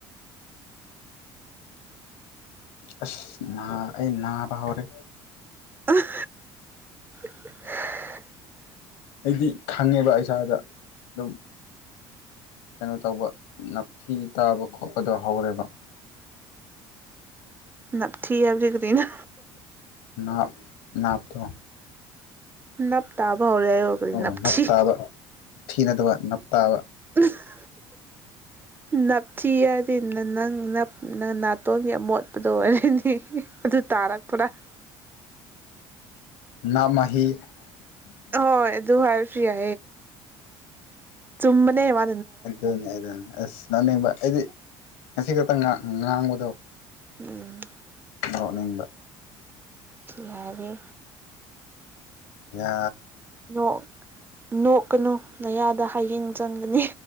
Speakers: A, on the left; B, on the right.
A: ꯑꯁ ꯑꯩ ꯅꯥꯕ ꯍꯧꯔꯦ
B: ꯑ <unintelligible>
A: ꯑꯩꯗꯤ ꯈꯪꯉꯦꯕ ꯏꯁꯥꯗ ꯑꯗꯨꯝ ꯀꯩꯅꯣ ꯇꯧꯕ ꯅꯞꯊꯤ ꯇꯥꯕ ꯈꯣꯠꯄꯗꯣ ꯍꯧꯔꯦꯕ
B: ꯅ ꯊꯤ ꯒꯔꯤꯅ
A: ꯅ ꯅꯄꯗ
B: ꯅꯞ ꯇ ꯐꯥꯎꯔꯦ ꯑꯣꯏꯒꯔꯤ
A: ꯑꯣ
B: ꯅꯞꯊ
A: ꯅꯞ ꯇꯥꯕ ꯊꯤ ꯅꯠꯇꯕ ꯅꯞ ꯇꯥꯕ
B: <unintelligible> ꯅꯞꯊꯤ ꯍꯥꯏꯔꯗꯤ ꯅꯪꯞ ꯅꯪ ꯅꯥꯇꯣꯟꯒꯤ ꯑꯃꯣꯠꯄꯗ ꯑꯣꯏꯔꯅꯤ ꯑꯗꯨ ꯇꯥꯔꯛ ꯄꯨꯔ
A: ꯅꯃꯍꯤ
B: ꯍꯣꯏ ꯑꯗꯨꯍꯔ ꯐꯤꯦ ꯇꯨꯝꯅꯦꯦ ꯃꯥ
A: ꯑꯗꯨꯅꯤ ꯑꯗꯨꯅꯤ ꯑꯁ ꯅꯅꯤꯡꯕ ꯑꯩꯗꯤ ꯉꯁꯤ ꯈꯛꯇꯪ ꯉꯥꯡꯕꯗꯣ
B: ꯎꯝ
A: ꯅꯣꯛꯅꯤꯡꯕ
B: ꯂꯔꯦ
A: ꯌꯥ
B: ꯅꯣꯛ ꯅꯣꯛꯀꯅꯨ ꯅꯌꯥꯗ ꯍꯌꯦꯡ ꯆꯪꯒꯅꯤ